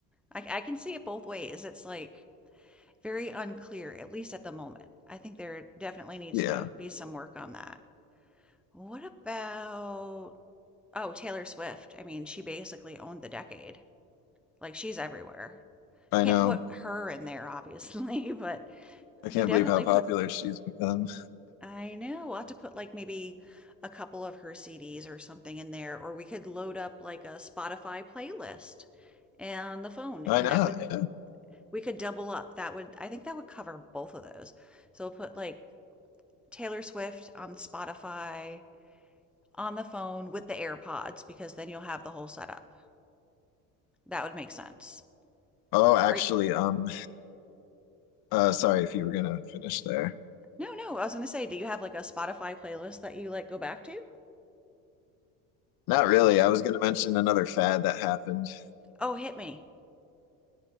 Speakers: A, in the centre; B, on the left (about 55°).
A: I, I can see it both ways. It's like very unclear, at least at the moment. I think there definitely needs
B: Yeah,
A: to be some work on that. What about, oh, Taylor Swift? I mean, she basically owned the decade. Like she's everywhere.
B: I
A: Can't
B: know.
A: put her in there, obviously, <laughs> but
B: I
A: you
B: can't
A: can definitely
B: believe how popular
A: put
B: she's become.
A: I know. We'll have to put like maybe a couple of her CDs or something in there, or we could load up like a Spotify playlist and the phone, and
B: I know.
A: that would
B: Yeah.
A: we could double up. That would I think that would cover both of those. So we'll put like Taylor Swift on Spotify on the phone with the AirPods because then you'll have the whole setup. That would make sense.
B: Oh, actually,
A: Are you,
B: um, uh, sorry if you were gonna finish there.
A: no, no, I was gonna say, do you have like a Spotify playlist that you like go back to?
B: Not really. I was going to mention another fad that happened.
A: Oh, hit me.